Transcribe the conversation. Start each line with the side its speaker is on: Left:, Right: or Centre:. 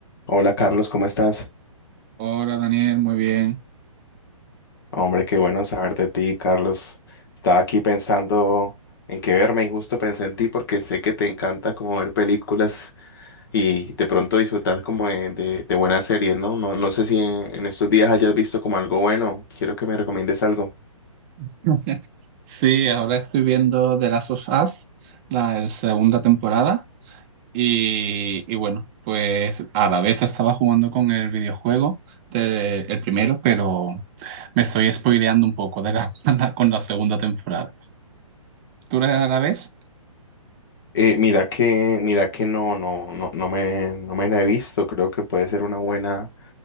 Left: Hola Carlos, ¿cómo estás?
Right: Hola Daniel, muy bien.
Left: Hombre, qué bueno saber de ti, Carlos. Estaba aquí pensando en qué verme y justo pensé en ti porque sé que te encanta como ver películas y de pronto disfrutar como de, de- de buenas series, ¿no? No, no sé si en, en estos días hayas visto como algo bueno. Quiero que me recomiendes algo.
Right: <laughs> Sí, ahora estoy viendo The Last of Us, la segunda temporada, y, y bueno, pues a la vez estaba jugando con el videojuego del el primero, pero me estoy spoileando un poco de la, <laughs> con la segunda temporada. ¿Tú la, la ves?
Left: Eh, mira que, mira que no, no, no, no me, no me la he visto. Creo que puede ser una buena.